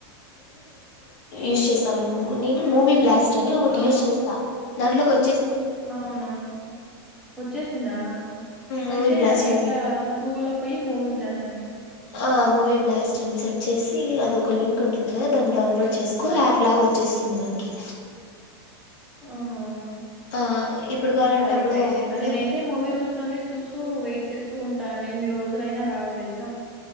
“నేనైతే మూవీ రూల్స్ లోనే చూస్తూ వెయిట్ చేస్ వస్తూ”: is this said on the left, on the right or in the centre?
Centre